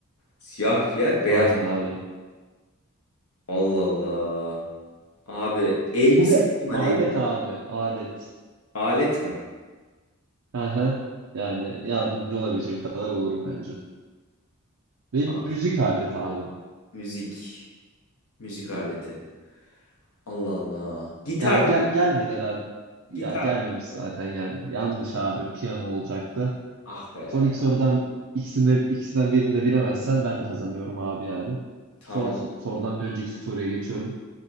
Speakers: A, on the left; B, on the right.
A: Siyah giyer beyaz.
B: Aynen abi.
A: Allah Allah. Abi elbise
B: Bu bir
A: diyeyim
B: alet
A: hadi.
B: abi. Alet.
A: Alet mi?
B: Aha. Yani yardımcı olabileceğim kadar olurum bence. Ve
A: Ha,
B: müzik aleti abi.
A: müzik. Müzik aleti. Allah Allah. Gitar.
B: Yani gel gelmedi herhalde. Ya
A: Gitar.
B: gelmemiş zaten yani. Yanlış abi. Piyano olacaktı.
A: Ah be.
B: Son iki sorudan ikisinde ikisinden birini de bilemezsen ben kazanıyorum abi yani.
A: Tamam.
B: Son so- sorudan bir önceki soruya geçiyorum.